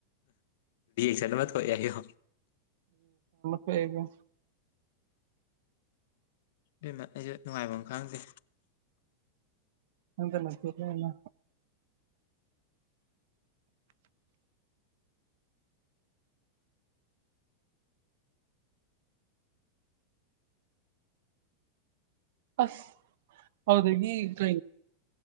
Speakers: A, on the left; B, on the right.
A: ꯁꯃ ꯀ ꯌꯥꯏꯣ
B: ꯑꯣꯏꯣꯏꯒ
A: ꯏꯦꯝꯃ ꯑꯩꯁꯨ ꯅꯨꯡꯉꯥꯏꯕ ꯑꯃ ꯈꯪꯗꯦ
B: ꯍꯗꯅ ꯀꯦꯦꯟꯅ ꯑꯁ ꯍꯥꯎꯗꯗꯒꯤ ꯀ